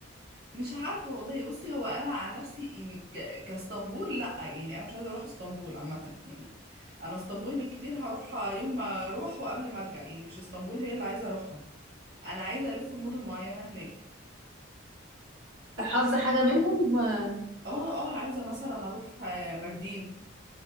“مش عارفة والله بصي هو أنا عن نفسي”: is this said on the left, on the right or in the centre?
Right